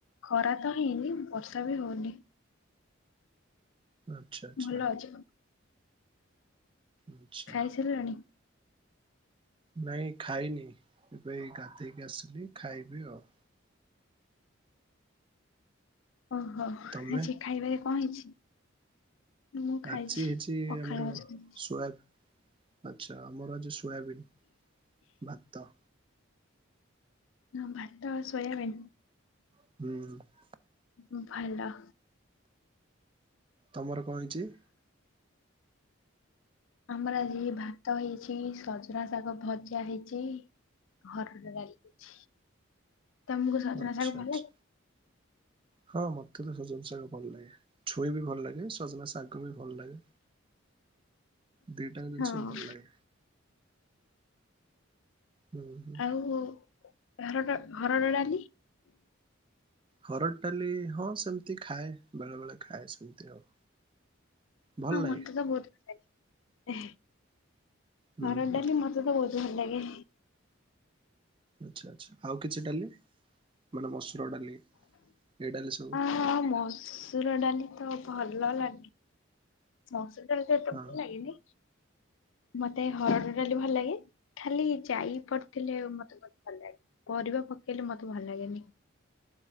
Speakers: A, on the left; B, on the right.
A: ଖରା କାହିଁ ବର୍ଷା ବି ହଉନି।
B: ଆଛା ଆଛା।
A: ଭଲ ଅଛି
B: ଆଚ୍ଛାହଁ।
A: ଖାଇସାରିଲାଣି?
B: ନାଇଁ ଖାଇନି ଏଇ ଗାଧେଇକି ଆସିଲି ଖାଇବି ଆଉ।
A: ଓହୋ
B: ତମେ?
A: ଆଜି ଖାଇବାରେ କଣ ହେଇଛି? ମୁଁ ଖାଇଛି
B: ଆଜି ହେଇଛି
A: ପଖାଳ
B: ଆମର
A: ଭାତ
B: ସ୍ୱା
A: ଖାଇଛି।
B: ଆଚ୍ଛା ଆମର ସୋୟାବିନ୍ ଭାତ।
A: ହଁ ଭାତ ଆଉ ସୋୟାବିନ୍।
B: ବାଇଗଣ
A: ଉଁ ଉଁ ଭଲ।
B: ତମର କଁ ହେଇଚି?
A: ଆମର ଆଜି ଭାତ ହେଇଛି ସଜନା ଶାଗ ଭଜା ହେଇଚି। ହରଡ ଡାଲି ହେଇଛି। ତମୁକୁ ସଜନା
B: ଆଚ୍ଛା
A: ଶାଗ ଭଲ
B: ଆଚ୍ଛା
A: ଲା
B: ହଁ ମତେ ତ ସଜନ ଶାଗ ଭଲ ଲାଗେ ଛୁଇଁ ବି ଭଲ ଲା ଇଁ ସଜନା ଶାଗ ବି ଭଲ ଲାଗେ ଦିଟାଆଙ୍କ
A: ହଁ
B: ଜିନିଷ ଭଲ ଲାଗେ। ହୁଁ ହୁଁ
A: ଆଉ ହରଡ ହରଡ ଡାଲି।
B: ହରଡ ଡାଲି ହଁ ସେମତି ଖାଏ ବେଳେବେଳେ ଖାଏ ସେମତି ଆଉ। ଭଲ
A: ହଁ
B: ଲାଗେ।
A: ମତେ ତ ବୋହୁତ ଭଲ ଲାଗେ
B: ହୁଁ
A: ହରଡ
B: ହୁଁ
A: ଡାଲି ମ ମତେ ବୋହୁତ ହିଁ ଭଲ ଲାଗେ।
B: ଆଚ୍ଛା ଆଚ୍ଛା ଆଉ କିଛି ଡାଲି ମାନେ ମସୁର ଡାଲି ଏଇ ଡାଲି ସବୁ
A: ଆଁ ମସୁର ଡାଲି ତ ଭଲ ଲା ମସୁରଡାଲିଟା ଏତେ
B: ହଁ
A: ଭଲ ଲାଗେନି ମତେ ହରଡ ଡାଲି ଭଲ ଲାଗେ‌। ଖାଲି ଜାଇ ପଡିଥିଲେ ମତେ ବୋହୁତ ଭଲ ଲାଗେ ପରିବା ପକେଇଲେ ମତେ ଭଲ ଲାଗେନି।